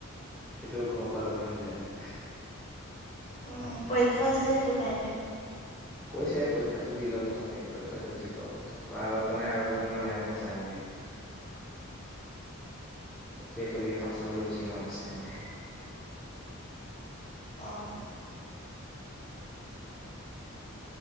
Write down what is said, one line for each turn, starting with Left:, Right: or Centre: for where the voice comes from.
Centre: কিন্তয়া ঘৰৰ পৰা যাব নিদিলে মোক।
Left: উ পৰীক্ষাও আছে সেইটো কাৰণে।
Centre: কৈছে পৰীক্ষাতো দি ল প্ৰথম শেষ কৰিল তাৰপিছ যি কতা আগত মানে আৰু কেইখনমান আহি আছে মোৰ। <unintelligible> ত সেই ছবি কেইখন চাবলৈ বেছি মন আছে মে।
Left: অহ।